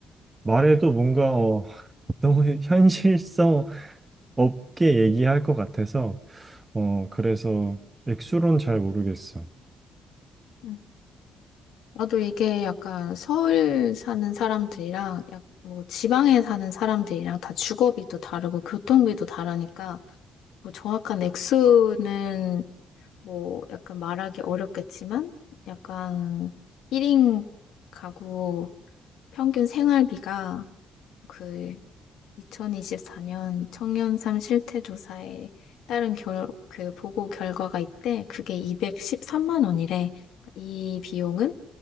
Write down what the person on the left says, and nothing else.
음. 나도 이게 약간 서울 사는 사람들이랑 약 뭐 지방에 사는 사람들이랑 다 주거비도 다르고 교통비도 다르니까 뭐 정확한 액수는 뭐 약간 말하기 어렵겠지만 약간 1인 가구 평균 생활비가 그 2024년 청년삶 실태조사에 따른 결, 그 보고 결과가 있대. 그게 213만 원이래. 그러니까 이 비용은